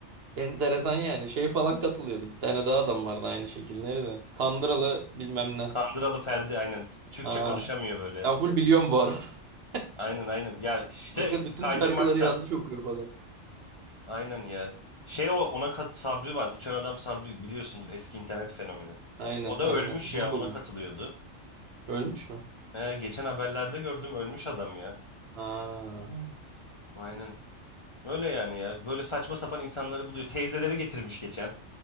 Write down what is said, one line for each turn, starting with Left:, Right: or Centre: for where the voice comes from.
Right: enteresan yani. Şey falan katılıyordu. Bir tane daha adam vardı aynı şekilleri de. Kandıralı bilmem ne.
Left: Kandıralı Ferdi aynen Türkçe
Right: Ha.
Left: konuşamıyor böyle.
Right: Ben full biliyorum bu arada. <laughs>
Left: Aynen aynen ya işte
Right: Kanka bütün
Left: kaydırmaktan
Right: şarkıları yanlış okuyor falan.
Left: aynen ya. Şey o ona kat Sabri var Uçan Adam Sabri biliyorsundur eski internet fenomeni.
Right: Aynen
Left: O da
Right: aynen.
Left: ölmüş
Right: Onu
Left: ya ona
Right: bulmuş.
Left: katılıyordu.
Right: Ölmüş mü?
Left: He, geçen haberlerde gördüm ölmüş adam ya.
Right: Ha.
Left: Aynen. Öyle yani ya. Böyle saçma sapan insanları buluyor. Teyzeleri getirmiş geçen.